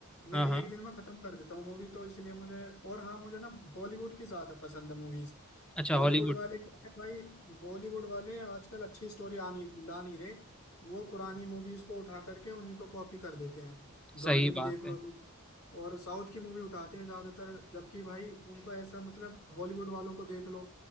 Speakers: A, on the left; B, in the centre.
A: मैं
B: हाँ हाँ
A: एक दिन में खत्म कर देता हूँ मूवी तो इसलिए मुझे और हाँ मुझे ना हॉलीवुड की ज्यादा पसंद है मूवीज
B: अच्छा
A: बॉलीवुड
B: हॉलीवुड
A: वाले क्या है भाई बॉलीवुड वाले आजकल अच्छी स्टोरी आ नहीं ला नहीं रहे वो पुरानी मूवीज को उठा करके उन्हीं को कॉपी कर देते हैं गाने
B: सही
A: भी
B: बात
A: देख लो
B: है
A: और साउथ की मूवी उठाते हैं ज्यादातर जबकि भाई उनको ऐसा मतलब हॉलीवुड वालों को देख लो